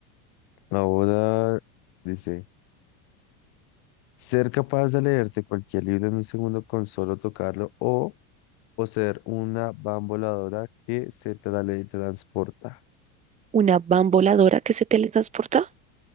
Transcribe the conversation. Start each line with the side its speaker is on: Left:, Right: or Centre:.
Left: ahora, dice, ser capaz de leerte cualquier libro en un segundo con solo tocarlo o poseer una bamboladora que se teletransporta.
Right: Una van voladora que se teletransporta.